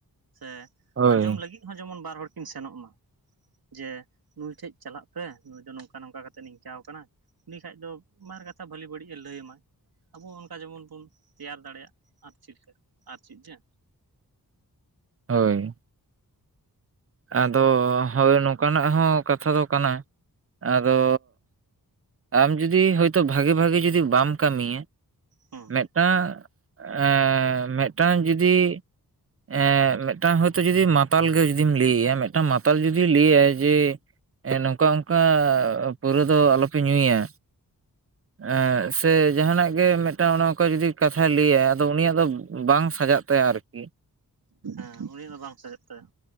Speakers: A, on the right (about 70°); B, on the right (about 35°).
A: ᱥᱮ
B: ᱦᱳᱭ
A: ᱟᱸᱡᱚᱢ ᱞᱟᱹᱜᱤᱫ ᱦᱚᱸ ᱡᱮᱢᱚᱱ ᱵᱟᱨ ᱦᱚᱲ ᱠᱤᱱ ᱥᱮᱱᱚᱜ ᱢᱟ᱾ ᱡᱮ ᱱᱩᱭ ᱴᱷᱮᱡ ᱪᱟᱞᱟᱜ ᱯᱮ ᱱᱩᱭ ᱫᱚ ᱱᱚᱝᱠᱟ ᱱᱚᱝᱠᱟ ᱠᱟᱛᱮ ᱱᱤᱝᱠᱟᱹ ᱟᱠᱚ ᱠᱟᱱᱟ᱾ ᱩᱱᱤ ᱠᱷᱟᱡ ᱫᱚ ᱵᱟᱨ ᱠᱟᱛᱷᱟ ᱵᱷᱟᱹᱞᱤ ᱵᱟᱹᱲᱤᱡ ᱮ ᱞᱟᱹᱭ ᱟᱢᱟᱭ ᱟᱵᱚ ᱚᱱᱠᱟ ᱡᱮᱢᱚᱱ ᱵᱚᱱᱼᱼ ᱛᱮᱭᱟᱨ ᱫᱟᱲᱮᱭᱟᱜ ᱟᱨ <inaudible> ᱟᱨ ᱪᱤᱫ ᱡᱮᱼᱼ
B: ᱦᱳᱭ, ᱟᱫᱚ ᱦᱳᱭ ᱱᱚᱝᱠᱟ ᱱᱟᱜ ᱦᱚᱸ ᱠᱟᱛᱷᱟ ᱫᱚ ᱠᱟᱱᱟ ᱟᱫᱚ ᱟᱢ ᱡᱩᱫᱤ ᱦᱳᱭᱛᱳ ᱵᱷᱟᱜᱮ ᱵᱷᱟᱜᱮ ᱡᱩᱫᱤ ᱵᱟᱢ ᱠᱟᱹᱢᱤᱭᱟ ᱾
A: ᱩᱸ᱾
B: ᱢᱮᱜᱴᱟᱝ ᱮᱻ ᱢᱮᱜᱴᱟᱝ ᱡᱩᱫᱤᱼᱼ ᱮᱻ ᱢᱮᱜᱴᱟᱝ ᱦᱳᱭᱛᱚ ᱡᱩᱫᱤ ᱢᱟᱛᱟᱞ ᱜᱮᱼᱼ ᱡᱩᱫᱤᱢ ᱞᱟᱹᱭ ᱭᱟ ᱢᱮᱫᱴᱟᱝ ᱢᱟᱛᱟᱞ ᱡᱩᱫᱤ ᱞᱟᱹᱭᱟᱭ ᱡᱮᱼᱼ ᱮ ᱱᱚᱝᱠᱟ ᱚᱝᱠᱟ ᱯᱟᱹᱣᱨᱟᱹ ᱫᱚ ᱟᱞᱚ ᱯᱮ ᱧᱩᱭᱟ᱾ ᱮ ᱥᱮ ᱡᱟᱦᱟᱸᱱᱟᱜ ᱜᱮ ᱢᱮᱫᱴᱟᱝ ᱚᱱᱮ ᱚᱱᱠᱟ ᱡᱩᱫᱤ ᱠᱟᱛᱷᱟᱭ ᱞᱟᱹᱭᱟ ᱟᱫᱚ ᱩᱱᱤᱭᱟᱜ ᱫᱚ ᱵᱟᱝ ᱥᱟᱡᱟᱜᱼᱼ ᱛᱟᱭᱟ ᱟᱨᱠᱤ᱾
A: ᱦᱮᱸ ᱩᱱᱤ ᱫᱚ ᱵᱟᱝ ᱥᱟᱡᱟᱜ ᱛᱟᱭᱟ᱾